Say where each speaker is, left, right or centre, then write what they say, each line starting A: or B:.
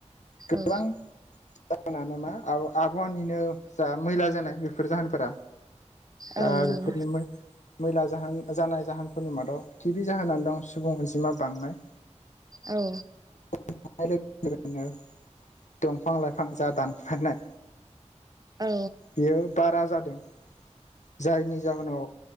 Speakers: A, on the left (about 80°); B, on the right (about 30°).
A: गोबां
B: औ
A: जाहोनानो मा आबहावानिनो जा मैला जानाय बेफोर जाहोनफोरा दा
B: औ नंगौ नोंथां औ नंगौ
A: बेफोरनोमो मैला जाहोन जानाय जाहोनफोरनि मादाव गिबि जाहोना दं सुबुं अनजिमा बांनाय
B: औ
A: बांनाय लोगोनो दंफां लाइफां जा दानफायनाय
B: औ
A: बेयो बारा जादों जायनि जाहोनाव